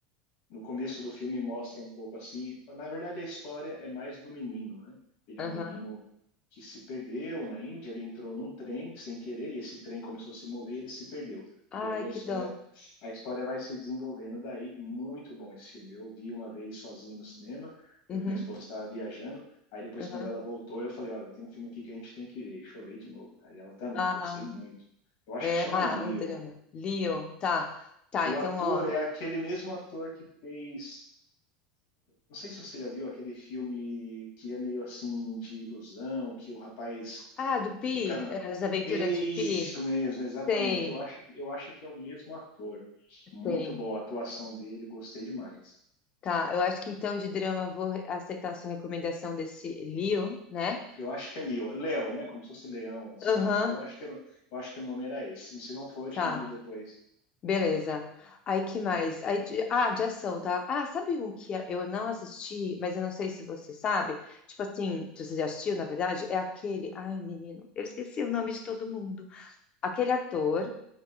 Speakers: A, on the left; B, on the left.
A: no começo do filme mostra um pouco assim. Na verdade, a história é mais do menino, né? Ele
B: Aham.
A: é um menino que se perdeu na Índia, ele entrou num trem sem querer, e esse trem começou a se mover e ele se perdeu.
B: Ai,
A: E aí
B: que
A: a história,
B: dó.
A: a história vai se desenvolvendo daí. Muito bom esse filme. Eu vi uma vez sozinho no cinema, porque
B: Uhum.
A: minha esposa estava viajando. Aí depois,
B: Uhum.
A: quando ela voltou, eu falei: Olha, tem um filme aqui que a gente tem que ver. E chorei de novo, cara. E ela também,
B: Ah,
A: gostei muito. Eu acho
B: é,
A: que chama
B: ah,
A: Leo.
B: um drama. Leo, tá. Tá,
A: O
B: então,
A: ator
B: ó.
A: é aquele mesmo ator que fez não sei se você já viu aquele filme que é meio assim de ilusão, que o rapaz
B: Ah, do Pi,
A: fica.
B: é, as aventuras
A: É Isso
B: de Pi.
A: mesmo, exatamente.
B: Sei,
A: Eu acho, que- eu acho que é o mesmo ator. Muito
B: sei.
A: boa a atuação dele, gostei demais.
B: Tá, eu acho que então de drama vou re- aceitar a sua recomendação desse Leo, né?
A: Eu acho que é Leo, Leo, né? Como se fosse Leão, assim.
B: Aham,
A: Eu acho que, era- eu acho que o nome era esse. Se não for, eu
B: tá,
A: te mando depois.
B: beleza. Aí que mais? Aí de, ah, de ação, tá? Ah, sabe um que é, eu não assisti, mas eu não sei se você sabe? Tipo assim, se você já assistiu, na verdade, é aquele. Ai, menino, eu esqueci o nome de todo mundo. Aquele ator